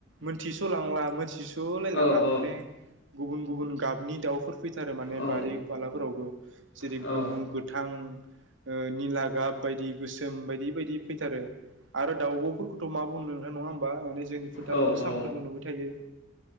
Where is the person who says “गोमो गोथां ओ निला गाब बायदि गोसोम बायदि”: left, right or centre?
Right